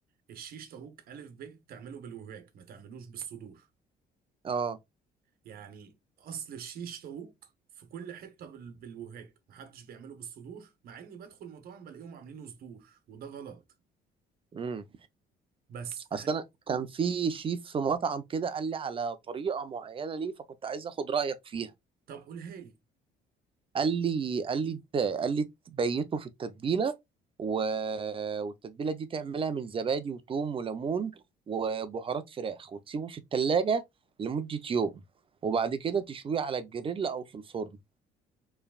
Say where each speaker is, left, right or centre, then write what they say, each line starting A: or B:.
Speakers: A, on the right (about 60°); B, on the right (about 30°).
A: الشيش طاووق الف ب تعمله بالوراك ما تعملوش بالصدور
B: اه
A: يعني اصل الشيش طاووق في كل حته بال... بالوراك محدش بيعمله بالصدور مع اني بدخل مطاعم بلاقيهم عاملينه صدور وده غلط
B: امم
A: بس
B: اصل
A: هد...
B: انا كان في شيف في مطعم كده قال لي على طريقه معينه ليه فكنت عايز اخد رايك فيها
A: طب قولها لي
B: قال لي قال لي ت- قال لي تبيته في التتبيله و... والتتبيله دي تعملها من زبادي وثوم وليمون وبهارات فراخ وتسيبه في التلاجة لمدة يوم وبعد كده تشويه على الجريل او في الفرن